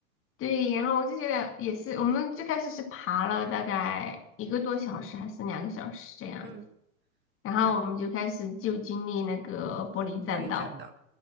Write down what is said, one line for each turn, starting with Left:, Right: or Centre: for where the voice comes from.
Left: 对，然后我就觉得也是，我们最开始是爬了大概一个多小时还是两个小时这样子，
Right: 嗯，
Left: 然后我们就开始就经历那个玻璃栈道。
Right: 让玻璃栈道，